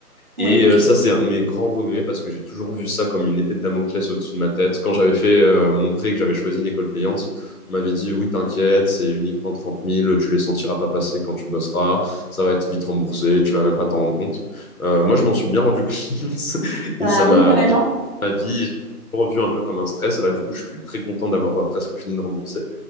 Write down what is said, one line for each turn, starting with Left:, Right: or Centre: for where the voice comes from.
Right: Oui,
Left: Et euh, ça, c'est un de mes grands regrets parce que j'ai toujours vu ça comme une épée de Damoclès au-dessus de ma tête. Quand j'avais fait euh, mon prêt et que j'avais choisi une école payante, on m'avait dit, oui, t'inquiète, c'est uniquement trente mille. tu les sentiras pas passer quand tu bosseras, ça va être vite remboursé, tu vas même pas t'en rendre compte. Euh, moi, je m'en suis bien rendu compte <laughs> et
Right: bah
Left: ça m'a
Right: oui, carrément.
Left: bien ma vie, j'ai revu un peu comme un stress. Et là, du coup, je suis très content d'avoir euh, presque fini de rembourser.